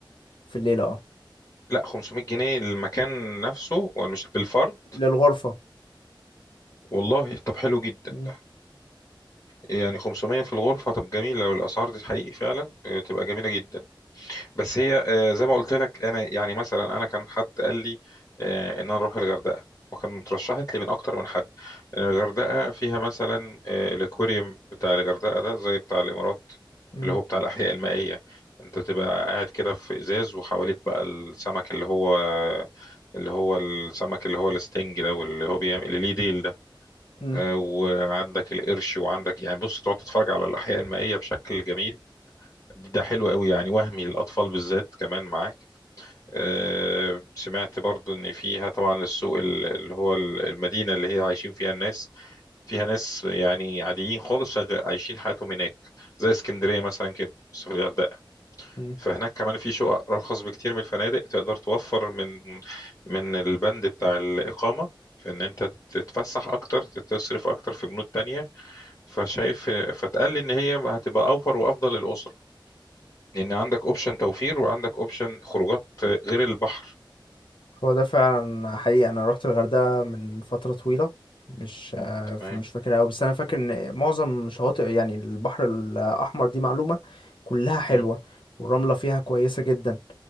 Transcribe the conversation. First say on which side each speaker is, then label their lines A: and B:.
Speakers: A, on the left (about 70°); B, on the left (about 35°).
A: في الليلة اه
B: لا 500 جنيه المكان نفسه ولا مش بالفرد
A: للغرفة
B: والله طب حلو جدا
A: مم.
B: ده يعني 500 في الغرفه طب جميله لو الاسعار دي حقيقي فعلا إيه، تبقى جميله جدا بس هي آه، زي ما قلت لك انا يعني مثلا انا كان حد قال لي آه، ان انا اروح الغردقه وكان اترشحت لي من اكتر من حد لأن الغردقه فيها مثلا آه، الاكواريوم بتاع الغردقه ده زي بتاع الامارات
A: مم.
B: اللي هو بتاع الاحياء المائيه انت تبقى قاعد كده في ازاز وحواليك بقى السمك اللي هو اللي هو السمك اللي هو الستنج ده واللي هو بيعمل اللي ليه ديل ده
A: مم.
B: آه، وعندك القرش وعندك يعني بص تقعد تتفرج على الاحياء المائيه بشكل جميل ده حلو قوي يعني وهمي للاطفال بالذات كمان معاه آه، سمعت برضو ان فيها طبعا السوق ال- اللي هو ال- المدينة اللي هي عايشين فيها الناس فيها ناس يعني عاديين خالص شغ- عايشين حياتهم هناك زي اسكندرية مثلا كده بس في الغردقة
A: مم.
B: فهناك كمان في شقق أرخص بكتير من الفنادق تقدر توفر من من البند بتاع الإقامة في إن أنت تتفسح أكتر تصرف أكتر في بنود تانية فشايف فتقال لي إن هي هتبقى أوفر وأفضل للأسرة لأن عندك أوبشن توفير وعندك أوبشن خروجات غير البحر
A: هو ده فعلا حقيقي انا روحت الغردقه من فتره طويله مش آه،
B: تمام
A: فمش فاكر قوي بس انا فاكر ان معظم شواطئ يعني البحر الاحمر دي معلومه كلها حلوه
B: مم.
A: والرمله فيها كويسه جدا